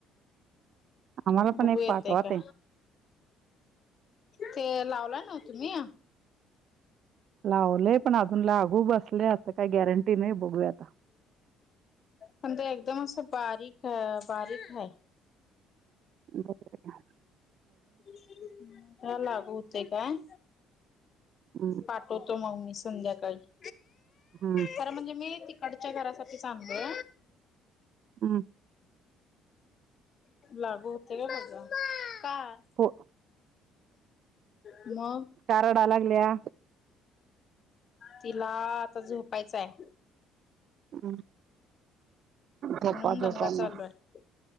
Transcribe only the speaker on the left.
बघू
येतय
का
ते लावलाय नवं तुम्ही.
पण ते एकदम असं, बारीक अ बारीक हाय.
त्याला लागु होतंय काय.
पाठवतो मग मी संध्याकाळी <inaudible>
खरं, म्हणजे मी तिकडच्या घरासाठी सांगलो
लागू होतय <unintelligible> काय?
<inaudible> मग?
तिला आता झोपायचंय
म्हणून
दंगा चालू
आहे.